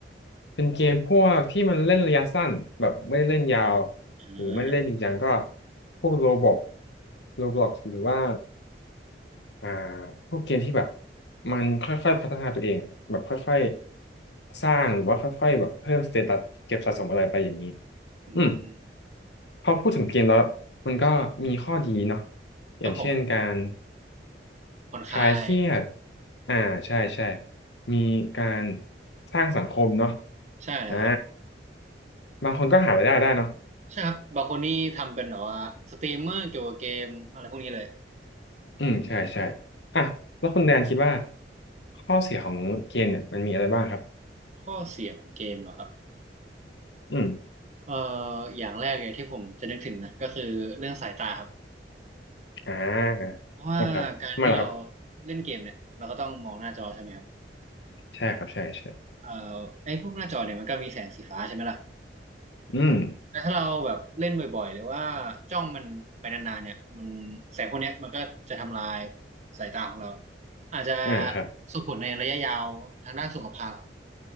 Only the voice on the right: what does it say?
อ่า
อืม
ครับผมผ่อนคลาย
ใช่แล้วครับ
ใช่ครับบางคนนี่ทำเป็นแบบว่าสตรีมเมอร์เกี่ยวกับเกมอะไรพวกนี้เลย
ข้อเสียของเกมเหรอครับ
เอ่ออย่างแรกเลยที่ผมจะนึกถึงนะก็คือเรื่องสายตาครับ
เพราะว่าการที่เราเล่นเกมเนี่ยเราก็ต้องมองหน้าจอใช่ไหมครับ
เอ่อไอ้พวกหน้าจอเนี่ยมันก็มีแสงสีฟ้าใช่ไหมล่ะ
แล้วถ้าเราแบบเล่นบ่อยๆหรือว่าจ้องมันไปนานๆเนี่ยมันแสงพวกเนี้ยมันก็จะทำลายสายตาของเราอาจจะ
ส่งผลในระยะยาวทางด้านสุขภาพครับ